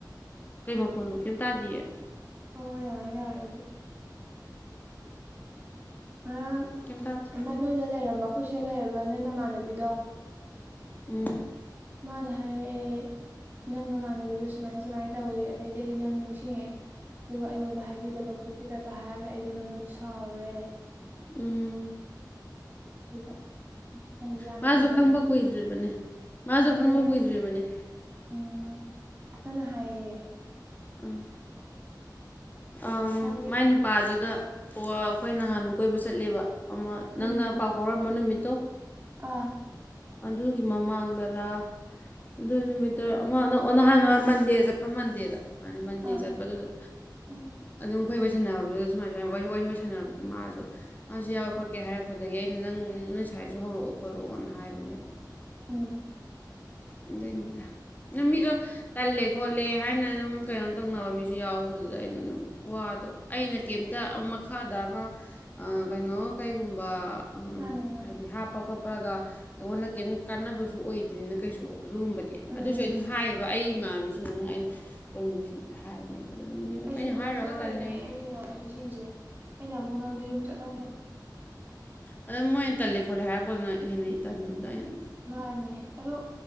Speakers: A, on the left (about 25°); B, on the right (about 25°).
A: ꯀꯩ ꯃꯈꯣꯟꯅꯣ ꯀꯩꯝ ꯇꯥꯗꯤꯌꯦ
B: ꯑꯣ ꯌꯥꯔꯦ ꯌꯥꯔꯦ ꯑꯗꯨꯗꯤ ꯉꯔꯥꯡ
A: ꯀꯩꯝ ꯇꯥꯗꯦ
B: ꯑꯃ ꯅꯣꯏꯗ ꯂꯩꯔꯝꯕ ꯑꯩꯈꯣꯏ ꯁꯤꯗ ꯂꯩꯔꯕ ꯅꯣꯏ ꯅꯃꯥꯟꯅꯕꯤꯗꯣ
A: ꯎꯝ
B: ꯃꯥꯅ ꯍꯥꯏꯔꯛꯑꯦ ꯅꯪ ꯅꯃꯥꯟꯅꯕꯤꯗꯁꯨ ꯁꯨꯃꯥꯏ ꯁꯨꯃꯥꯏꯅ ꯇꯧꯋꯤ ꯑꯗꯩꯗꯤ ꯑꯩ ꯅꯪ ꯅꯤꯡꯁꯤꯡꯉꯛꯑꯦ ꯑꯗꯨꯒ ꯑꯩꯉꯣꯟꯗ ꯍꯥꯏꯕꯤꯗꯕ ꯈꯣꯠꯄ ꯄꯤꯗꯕ ꯍꯥꯏꯔꯒ ꯑꯩꯗꯣ ꯅꯉꯣꯟꯗ ꯁꯥꯎꯔꯦ
A: ꯎꯝ
B: ꯑꯗꯨꯒ ꯅꯪꯗꯤ ꯌꯥꯝ
A: ꯃꯥꯁꯨ
B: ꯅꯩꯔꯝꯃꯦ
A: ꯈꯪꯕ ꯀꯨꯏꯗ꯭ꯔꯤꯕꯅꯦ ꯃꯥꯁꯨ
B: ꯑꯥ
A: ꯈꯪꯕ
B: ꯑꯩꯅ
A: ꯀꯨꯏꯗ꯭ꯔꯤꯕꯅꯦ
B: ꯎꯝ ꯅꯪꯅ ꯍꯥꯏꯌꯦꯌꯦ
A: ꯑꯥ ꯑꯥꯝ
B: ꯃꯥꯒꯤ
A: ꯃꯥꯏ ꯅꯨ ꯄꯥꯗꯨꯗ ꯑꯣ ꯑꯩꯈꯣꯏ ꯅꯍꯥꯟ ꯀꯣꯏꯕ ꯆꯠꯂꯦꯕ ꯑꯃ
B: ꯎꯝ
A: ꯅꯪꯅ ꯄꯥꯎ ꯐꯥꯎꯔꯝꯕ ꯅꯨꯃꯤꯠꯇꯣ
B: ꯑꯥ
A: ꯑꯗꯨꯒꯤ ꯃꯃꯥꯡꯗꯔꯥ ꯑꯗꯨ ꯅꯨꯃꯤꯠꯇꯔ ꯑꯃ ꯑꯣ ꯅꯍꯥꯟ ꯃꯟꯗꯦꯗ ꯆꯠꯄ ꯃꯟꯗꯦꯗ ꯃꯟꯗꯦ
B: ꯑꯥ
A: ꯆꯠꯄꯗꯨꯗ
B: ꯎꯝ
A: ꯑꯗꯨꯝ ꯑꯩꯈꯣꯏ ꯋꯥꯔꯤ ꯁꯥꯅꯕꯗꯨꯗ ꯁꯨꯃꯥꯏ ꯁꯨꯃꯥꯏ ꯋꯥꯔꯤ ꯋꯥꯔꯤ ꯁꯥꯅꯕꯗꯨꯗ ꯃꯥꯖꯨ ꯃꯥꯁꯨ ꯌꯥꯎꯒꯦ ꯈꯣꯠꯀꯦ ꯍꯥꯏꯔꯛꯄꯗꯒꯤ ꯑꯩꯅ ꯅꯪ ꯅꯣꯢ ꯁꯥꯏꯁꯨ ꯍꯧꯔꯛꯑꯣ ꯈꯣꯠꯂꯛꯑꯣꯅ ꯍꯥꯏꯕꯅꯦꯕ
B: ꯎꯝ
A: ꯑꯗꯨꯢꯅꯤꯗ ꯑꯗꯣ ꯃꯤꯗꯣ ꯇꯜꯂꯦ ꯈꯣꯠꯂꯦ ꯍꯥꯏꯅ ꯁꯨꯝ ꯀꯩꯅꯣ ꯇꯧꯅꯕ ꯃꯤꯁꯨ ꯌꯥꯎꯕꯗꯨꯗꯥ ꯑꯩꯅ ꯑꯗꯨꯝ ꯋꯥꯗꯣ ꯑꯩꯅ ꯀꯩꯝꯇꯥ ꯑꯃꯥ ꯃꯈꯥꯗ ꯑꯃꯥ ꯑꯥ ꯀꯩꯅꯣ ꯀꯩꯒꯨꯝꯕ ꯑꯝ
B: ꯃꯥꯅꯦ ꯃꯥꯅꯦ
A: ꯍꯥꯞꯄ ꯈꯣꯠꯄꯒ ꯑꯩꯉꯣꯟꯗꯥ ꯀꯤꯝ ꯀꯥꯟꯅꯕꯁꯨ ꯑꯣꯏꯗꯦꯗꯅ ꯀꯩꯁꯨ ꯑꯗꯨꯒꯨꯝꯕꯥꯗꯤ
B: ꯎꯝ
A: ꯑꯗꯣꯏꯁꯨ ꯑꯩ ꯑꯗꯨꯝ ꯍꯥꯏꯌꯦꯕ ꯑꯩ ꯏꯃꯥꯅꯕꯤꯁꯤꯡꯗꯨ ꯑꯩꯅ ꯇꯧꯅꯤꯡꯕꯁꯤꯡꯗ ꯍꯥꯏꯕꯅꯦꯕ ꯑꯗꯨ ꯑꯗꯨꯝ ꯑꯗꯨꯝ
B: ꯑꯩꯁꯨ
A: ꯑꯩꯅ
B: ꯂꯣꯏꯟ
A: ꯍꯥꯏꯔꯨꯔꯒ
B: ꯍꯥꯏꯔꯤꯅꯦ
A: ꯇꯜꯂꯦꯅ
B: ꯑꯩ ꯏꯃꯥꯟꯅꯥꯕꯤꯁꯤꯡꯁꯦ ꯑꯩꯅ ꯑꯃꯨꯛ ꯅꯪꯗꯤ ꯌꯨꯝ ꯆꯠꯂꯝꯗꯨ
A: ꯑꯗꯨ ꯃꯣꯏꯅ ꯇꯜꯂꯦ ꯈꯣꯠꯂꯦ ꯍꯥꯏꯔꯛꯄꯗꯨꯅ ꯍꯦꯟꯅ ꯇꯟꯕꯗꯨꯗ ꯑꯩꯅ
B: ꯃꯥꯅꯦ ꯑꯗꯨ